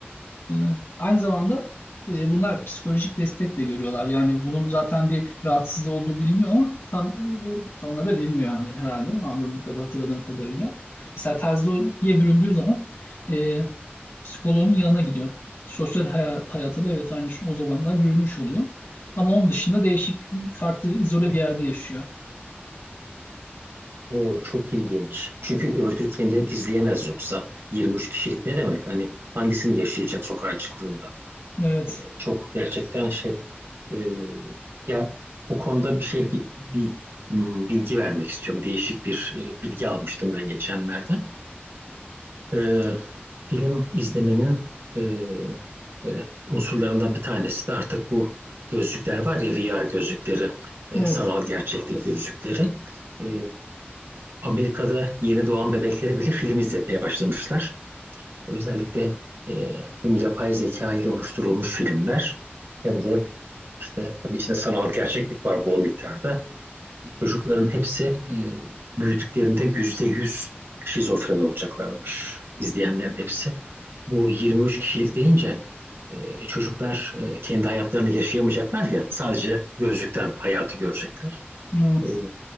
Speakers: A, on the left (about 75°); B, on the right (about 70°).
A: Ee, aynı zamanda e, bunlar psikolojik destek de görüyorlar. Yani bunun zaten bir rahatsızlığı olduğu biliniyor ama tam e, tamına da bilinmiyor yani herhalde anladığım kadar hatırladığım kadarıyla. Mesela terziye büründüğü zaman e, psikoloğunun yanına gidiyor. Sosyal haya- hayata da evet aynı şey o zamanlar bürünmüş oluyor. Ama onun dışında değişik, farklı, izole bir yerde yaşıyor.
B: O çok ilginç. Çünkü öbür türlü kendini gizleyemez yoksa 23 kişilik ne demek? Hani hangisini yaşayacak sokağa çıktığında?
A: Evet,
B: E, çok gerçekten şey e, ya bu konuda bir şey bir, bir, hmm, bilgi vermek istiyorum. Değişik bir e, bilgi almıştım ben geçenlerde. E, film izlemenin e, böyle unsurlarından bir tanesi de artık bu gözlükler var ya VR gözlükleri, e,
A: evet,
B: sanal gerçeklik gözlükleri. E, Amerika'da yeni doğan bebeklere bile film izletmeye başlamışlar. Özellikle e, hem yapay zeka ile oluşturulmuş filmler hem de işte tabii içinde sanal gerçeklik var bol miktarda. Çocukların hepsi e, büyüdüklerinde yüzde yüz şizofren olacaklarmış. İzleyenlerin hepsi. Bu 23 kişilik deyince e, çocuklar e, kendi hayatlarını yaşayamayacaklar ya sadece gözlükten hayatı görecekler.
A: evet,
B: E,